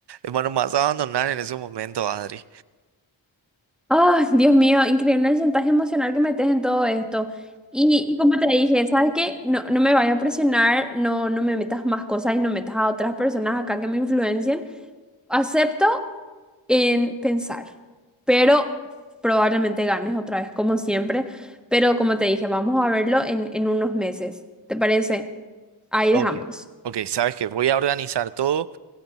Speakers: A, on the right (about 60°); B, in the centre.
A: bueno me vas a abandonar en ese momento, Adri.
B: Ah, Dios mío, increíble el chantaje emocional que metes en todo esto. Y, y como te dije, ¿sabes qué? No, no me vayas a presionar, no, no me metas más cosas y no metas a otras personas acá que me influencien. Acepto en pensar, pero probablemente ganes otra vez, como siempre. Pero como te dije, vamos a verlo en, en unos meses. ¿Te parece? Ahí
A: Ok.
B: dejamos.
A: Ok,
B: <laughs>
A: sabes que voy a organizar todo.